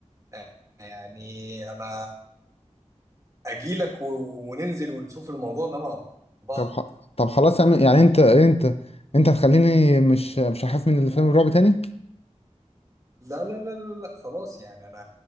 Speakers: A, on the right; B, on the left.
A: آه، يعني انا اجيلك و- وننزل ونشوف الموضوع ده مع بعض
B: طب خ... طب خلاص يا عم يعني انت انت انت هتخليني مش مش هخاف من الفيلم الرعب تاني
A: لا لا لا لا لا خلاص يعني انا